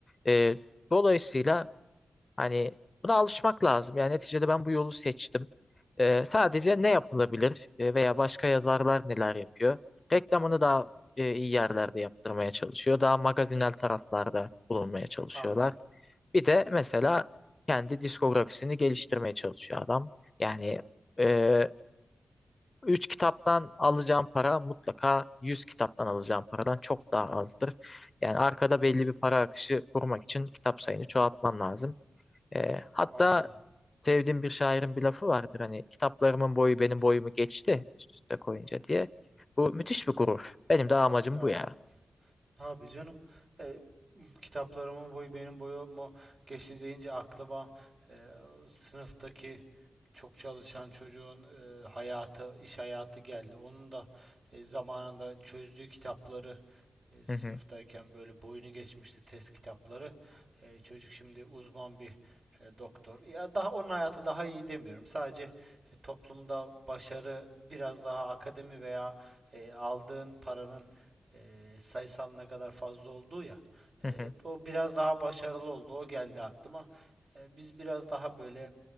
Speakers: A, on the left (about 40°); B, on the right (about 60°).
A: Ee, dolayısıyla Hani buna alışmak lazım. Yani neticede ben bu yolu seçtim. Ee, sadece ne yapılabilir Ee, veya başka yazarlar neler yapıyor? Reklamını daha e, iyi yerlerde yaptırmaya çalışıyor. Daha magazinel taraflarda bulunmaya çalışıyorlar.
B: Anladım,
A: Bir de mesela kendi diskografisini geliştirmeye çalışıyor adam. Yani e, 3 kitaptan alacağım para mutlaka 100 kitaptan alacağım paradan çok daha azdır. Yani arkada belli bir para akışı kurmak için kitap sayını çoğaltman lazım. E, hatta
B: anladım.
A: Sevdiğim bir şairin bir lafı vardır hani kitaplarımın boyu benim boyumu geçti üst üste koyunca diye. Bu müthiş bir gurur. Benim de amacım
B: Aa,
A: bu ya.
B: Abi canım e, kitaplarımın boyu benim boyumu geçti deyince aklıma e, sınıftaki çok çalışan çocuğun e, hayatı, iş hayatı geldi. Onun da e, zamanında çözdüğü kitapları e, sınıftayken
A: Hı hı,
B: böyle boyunu geçmişti test kitapları. E, çocuk şimdi uzman bir e, doktor. Ya daha onun hayatı daha iyi demiyorum. Sadece e, toplumda başarı biraz daha akademi veya e, aldığın paranın e, sayısal ne kadar fazla olduğu ya.
A: hı hı.
B: E, o biraz daha başarılı oldu. O geldi aklıma. E, biz biraz daha böyle